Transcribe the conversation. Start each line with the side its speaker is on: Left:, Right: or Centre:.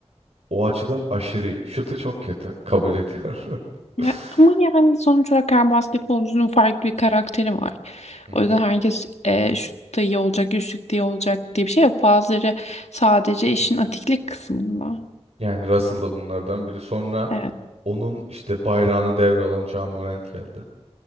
Right: O açıdan aşırı iyi. Şutu çok kötü. Kabul ediyorum. <laughs>
Left: Ya, ama yani sonuç olarak her basketbolcunun farklı bir karakteri var.
Right: Hı
Left: O yüzden
Right: hı.
Left: herkes e, şut da iyi olacak, üçlük diye olacak diye bir şey yok. Bazıları sadece işin atiklik kısmında.
Right: Yani Russell da bunlardan biri. Sonra
Left: Evet.
Right: onun işte bayrağını devralan Ja Morant geldi.